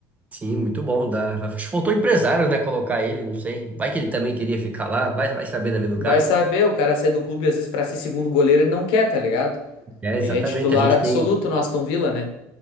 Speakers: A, on the right; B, on the left.
A: Sim, muito bom. Dá. Acho que faltou empresário, né? Colocar ele, não sei. Vai que ele também queria ficar lá. Vai, vai saber da vida do
B: Vai
A: cara.
B: saber, o cara sai do clube às vezes pra ser segundo goleiro, ele não quer, tá ligado?
A: É, exatamente.
B: Ele é titular
A: A gente
B: absoluto
A: tem.
B: no Aston Villa, né?